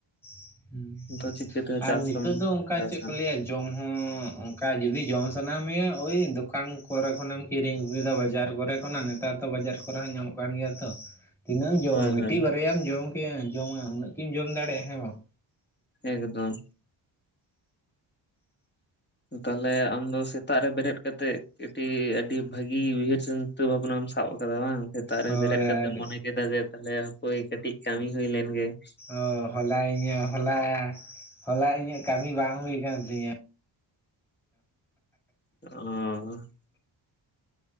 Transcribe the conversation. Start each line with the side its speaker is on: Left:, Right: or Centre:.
Centre: <unintelligible>
Left: ᱫᱚ ᱪᱤᱠᱟᱹᱛᱮ
Centre: ᱟᱨ
Left: ᱪᱟᱥ
Centre: ᱱᱤᱛᱚᱜ
Left: ᱫᱚᱢ
Centre: ᱫᱚ ᱚᱱᱠᱟ
Left: ᱪᱟᱥᱟ
Centre: ᱪᱮᱫ ᱠᱚ ᱞᱟᱹᱭᱟ ᱡᱚᱢ ᱦᱚᱸᱻ ᱚᱱᱠᱟ ᱡᱩᱫᱤ ᱡᱚᱢ ᱥᱟᱱᱟ ᱢᱮᱭᱟ ᱚᱭ ᱫᱚᱠᱟᱱ ᱠᱚᱨᱮ ᱠᱷᱚᱱᱮᱢ ᱠᱤᱨᱤᱧ ᱟᱜᱩᱣᱫᱟ ᱵᱟᱡᱟᱨ ᱠᱚᱨᱮ ᱠᱷᱚᱱᱟᱜ ᱱᱮᱛᱟᱨ ᱫᱚ ᱵᱟᱡᱟᱨ ᱠᱚᱨᱮ ᱦᱚᱸ ᱧᱟᱢᱚᱜ ᱠᱟᱱ ᱜᱮᱭᱟ ᱛᱚ ᱾ ᱛᱤᱱᱟᱹᱜ ᱮᱢ ᱡᱚᱢᱟ
Left: ᱦᱳᱭ
Centre: ᱢᱤᱫᱴᱤᱡ
Left: ᱦᱳᱭ
Centre: ᱵᱟᱨᱭᱟᱢ ᱡᱚᱢ <unintelligible> ᱡᱚᱢᱟ ᱩᱱᱟᱹᱜ ᱠᱤᱢ ᱡᱚᱢ ᱫᱟᱲᱮᱭᱟᱜᱼᱟ ᱦᱮᱸ ᱵᱟᱝ?
Left: ᱮᱠᱫᱚᱢ ᱛᱟᱦᱮ ᱟᱢ ᱫᱚ ᱥᱮᱛᱟᱜ ᱨᱮ ᱵᱮᱨᱮᱫ ᱠᱟᱛᱮᱫ ᱠᱟᱹᱴᱤᱡ ᱟᱹᱰᱤ ᱵᱷᱟᱹᱜᱤ ᱩᱭᱦᱟᱹᱨ ᱥᱮᱱ ᱪᱤᱱᱛᱟᱹ ᱵᱷᱟᱵᱱᱟᱢ ᱥᱟᱵ ᱟᱠᱟᱫᱟ ᱵᱟᱝ ᱥᱮᱛᱟᱜ ᱨᱮ
Centre: ᱦᱳᱭ
Left: ᱵᱮᱨᱮᱫ ᱠᱟᱛᱮ
Centre: ᱟᱨ
Left: ᱢᱚᱱᱮ ᱠᱮᱫᱟ ᱡᱮ ᱛᱟᱦᱚᱞᱮ ᱦᱚᱭ ᱠᱟᱹᱴᱤᱡ ᱠᱟᱹᱢᱤ ᱦᱩᱭ ᱞᱮᱱ ᱜᱮ ᱾
Centre: ᱚ ᱦᱚᱞᱟ ᱤᱧᱟᱹᱜ ᱦᱚᱞᱟ, ᱦᱚᱞᱟ ᱤᱧᱟᱹᱜ ᱠᱟᱹᱢᱤ ᱵᱟᱝ ᱦᱩᱭ ᱟᱠᱟᱱ ᱛᱤᱧᱟᱹ ᱾
Left: <unintelligible>